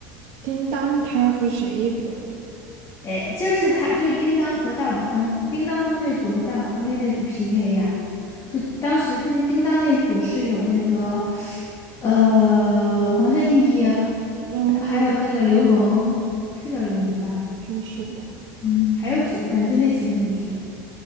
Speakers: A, on the right (about 60°); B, on the left (about 40°).
A: 叮当他和谁一组来着？
B: 哎，就是他，就是叮当和大碗宽，叮当他们那组和大碗宽面那组 PK 呀、就当时叮叮当那组是有那个，呃，黄圣依。
A: 嗯，
B: 还有那个刘萌，是叫刘萌吧？
A: 好像是吧。
B: 嗯，还有几个，反正就那几个女生，